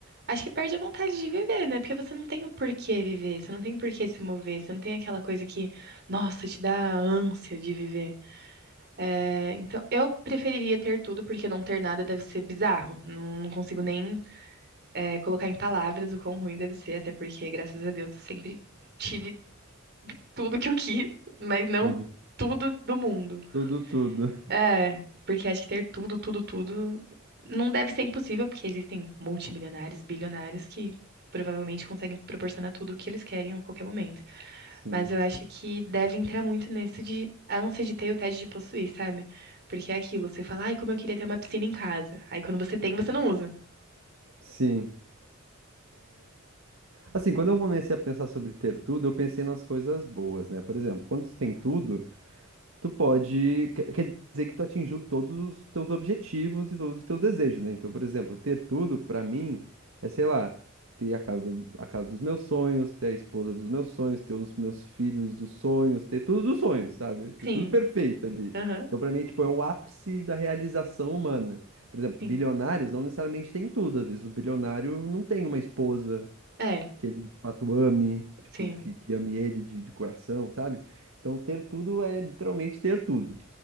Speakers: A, on the right; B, on the right.
A: Acho que perde a vontade de viver, né? Porque você não tem o porquê viver, você não tem o porquê se mover, você não tem aquela coisa que, nossa, te dá ânsia de viver. É, então, eu preferiria ter tudo, porque não ter nada deve ser bizarro. Não, não consigo nem é, colocar em palavras o quão ruim deve ser, até porque, graças a Deus, eu sempre tive tudo que eu quis, mas não
B: Uhum.
A: tudo do mundo.
B: Tudo, tudo.
A: É, porque acho que ter tudo, tudo, tudo não deve ser impossível, porque existem multimilionários, bilionários que provavelmente conseguem proporcionar tudo o que eles querem a qualquer momento.
B: <laughs> Sim.
A: Mas eu acho que deve entrar muito nisso de a ânsia de ter e o tédio de possuir, sabe? Porque é aquilo, você fala, ai, como eu queria ter uma piscina em casa. Aí quando você tem, você não usa.
B: Sim. Assim, quando eu comecei a pensar sobre ter tudo, eu pensei nas coisas boas, né? Por exemplo, quando tu tem tudo, tu pode. que- Quer dizer que tu atingiu todos os teus objetivos e todos os teus desejos, né? Então, por exemplo, ter tudo, pra mim, é, sei lá, ter a casa, a casa dos meus sonhos, ter a esposa dos meus sonhos, ter os meus filhos dos sonhos, ter tudo dos sonhos, sabe? Ter
A: Sim,
B: tudo perfeito ali.
A: aham,
B: Então, pra mim, é, tipo, é o ápice da realização humana. Por exemplo,
A: sim.
B: bilionários não necessariamente têm tudo. Às vezes, o bilionário não tem uma esposa
A: É,
B: que ele de fato ame, tipo,
A: sim.
B: que, que ame ele de, de coração, sabe? Então, ter tudo é literalmente ter tudo.